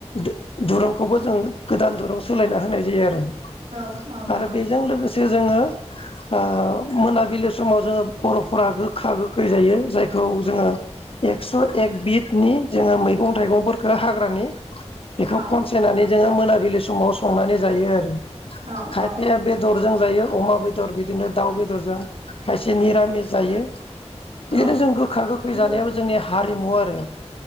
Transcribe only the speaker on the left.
दो-दुरुंखौ खौबो जों गोदान दुरूं सोलायना होनाय जायो आरो ।
आरो बेजों लोगोसे जोङो ओ मोनाबिलि समाव जोङो बर'फोरा गो खा गोखै जायो जायखौ जोङो एकस' एक बिनि जोङो मै मैं-थाइगंफोरखौयो हाग्रानि बेखौ
खनसेनानै जोङो मोना बिलि समाव संनानै जायो आरो
खायफाया
बेदर जों जायो अमा बेदर बिदिनो दाउ बेदरजों खायसे निरामिस जायो ।
बिदिनो जों गोखा गोखै
जानायाबो जोंनि हारिमु आरो।